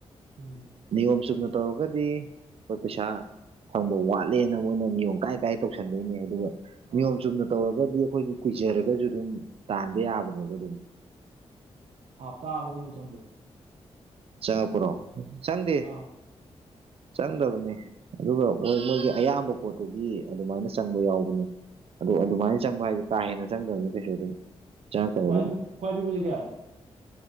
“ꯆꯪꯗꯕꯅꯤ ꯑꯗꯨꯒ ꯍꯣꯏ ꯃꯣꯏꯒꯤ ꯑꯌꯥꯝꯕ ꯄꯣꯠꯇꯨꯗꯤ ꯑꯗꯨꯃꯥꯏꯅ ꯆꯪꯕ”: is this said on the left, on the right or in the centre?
Right